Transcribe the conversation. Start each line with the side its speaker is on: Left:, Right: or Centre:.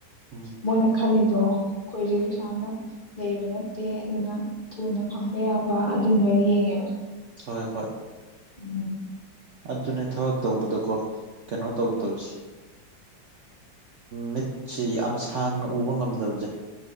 Right: ꯎꯝ
Left: ꯃꯣꯏꯅ ꯈꯜꯂꯤꯗꯣ ꯑꯩꯈꯣꯏꯁꯦ ꯀꯩꯁꯨ ꯌꯥꯝꯅꯥ ꯂꯩꯕ ꯅꯠꯇꯦ ꯑꯗꯨꯅ ꯊꯨꯅ ꯐꯪꯕ ꯌꯥꯕ ꯑꯗꯨꯝꯕ ꯌꯦꯡꯉꯦꯕ
Right: ꯍꯣꯏ ꯍꯣꯏ
Left: ꯎꯝ
Right: ꯑꯗꯨꯅꯦ ꯊꯕꯛ ꯇꯧꯕꯗꯀꯣ ꯀꯩꯅꯣ ꯇꯧꯗꯧꯁꯦ ꯃꯤꯠꯁꯤ ꯌꯥꯝ ꯁꯥꯡꯅ ꯎꯕ ꯉꯝꯗꯕꯁꯦ